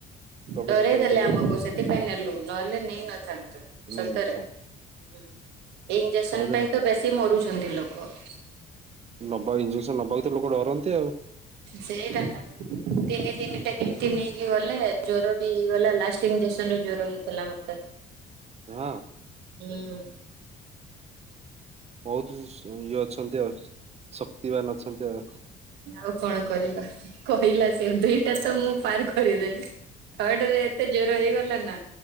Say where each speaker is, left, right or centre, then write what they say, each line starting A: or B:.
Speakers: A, on the right; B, on the right.
A: ପ୍ରବେଶ
B: ଡରେଇ
A: କରାଇଦେବେନି
B: ଦେଲେ ଆମକୁ ସେଥିପାଇଁ ନେଲୁ ନହେଲେ ନେଇ ନଥାନ୍ତୁ ସତରେ
A: ନେଇନଥାନ୍ତୁ
B: ହୁଁ ଇଜେକ୍ସନ୍
A: ସହଜରେ
B: ପାଇଁ ତ ବେଶୀ ମରୁଛନ୍ତି ଲୋକ। ।
A: ନବା ଇଞ୍ଜେକ୍ସନ ନବାକୁ ତ ଲୋକ ଡରନ୍ତି ଆଉ।
B: ସେଇଟା ନା ତିନି ତିନିଟା କେମିତି ନେଇକି ଗଲେ ଜ୍ୱର। ବି ହେଇଗଲା ଲାଷ୍ଟ ଇଞ୍ଜେକ୍ସନରେ ଜ୍ୱର ହେଇ ହେଲା ମତେ।
A: ହଁ
B: ହୁଁ
A: ବହୁତ୍ <unintelligible> ଅଛନ୍ତି ଆଉ ଶକ୍ତିିବାନ୍ ଅଛନ୍ତି ଆଉ।
B: ଆଉ କଣ କରିବା। କହିଲା ସେ ଦିଇଟା ତ ମୁଁ ପାର କରିଦେଲି । ଥାଡ ରେ ଏତେ ଜ୍ୱର ହେଇଗଲା ନା